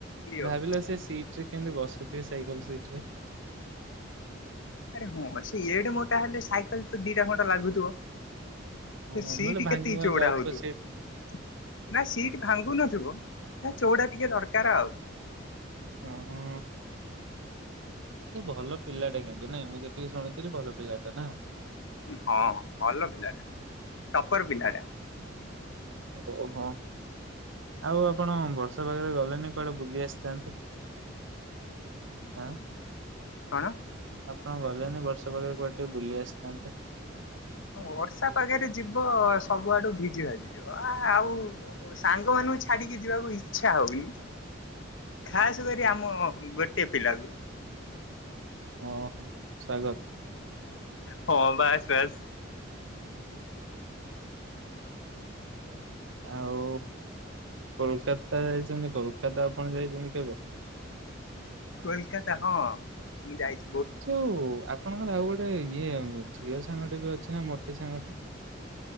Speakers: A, on the right; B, on the left.
A: ଭାବିଲ
B: ଆଉ।
A: ସେ ସିଟ ରେ କେମିତି ବସ ସାଇକେଲ ସିଟରେ।
B: ଆରେ ହଁ ସେ ଏଡ ମୋଟା ହେଲେ ସାଇକେଲ ତ ଦିଟା ଖଣ୍ଟା ଲାଗୁଥିବ।
A: ହଁ
B: ସିଟ
A: ନହେଲେ ଭାଙ୍ଗି
B: କେତେ
A: ଭୁଙ୍ଗା
B: ଚଉଡା
A: ଯାଉଥିବ
B: ହଉଥିବ
A: ସିଟ
B: ନା ସିଟ ଭାଙ୍ଗୁ ନଥିବ। ନା ଚଉଡ଼ା ଟିକେ ଦରକାର ଆଉ।
A: ଓ ହୋ। ସେ ଭଲ ପିଲାଟା, କିନ୍ତୁ ନାଇଁ ମୁଁ ଯେତିକି ଶୁଣିଥିଲି ଭଲ ପିଲାଟା ନା।
B: ହଁ ଭଲ ପିଲାଟା ଟପର ପିଲାଟା।
A: ଓହୋ ଆଉ ଆପଣ ବର୍ଷା ପାଗରେ ଗଲେନି, କୁଆଡେ ବୁଲି ଆସିଥାନ୍ତେଁ ଆଁ।
B: କଣ?
A: ଆପଣ ଗଲେନି ବର୍ଷା ପାଗରେ କୁଆଡ ଟିକେ ବୁଲି ଆସିଥାନ୍ତେ।
B: ଅ ବର୍ଷା ପାାଗରେ ଯିବ ସବୁଆଡୁ ଭିଜି ଭାଜି ଯିବ ଆ ଆଉ ସାଙ୍ଗ ମାନଙ୍କୁ ଛାଡିକି ଯିବାକୁ ଇଚ୍ଛା ହଉନି। ଖାସ୍ କରି ଆମ ଗୋଟେ ଏପିଲାକୁ।
A: ଓ ହୋ ସାଗର।
B: ହଁ ବାସ୍ ବାସ୍।
A: ଆଉ କୋଲକାତା ଯାଇଛନ୍ତି କୋଲକାତା ଆପଣ ଯାଇଛନ୍ତି କେବେ?
B: କୋଲକାତା ହଁ ମୁଁ ଯାଇଛିି।
A: ସେ ଆପଣଙ୍କ ଆଉ ଗୋଟେ ଏ ଇଏ ଝିଅ ସାଙ୍ଗଟି ବି ଅଛି ନା ମୋଟି ସାଙ୍ଗଟେ।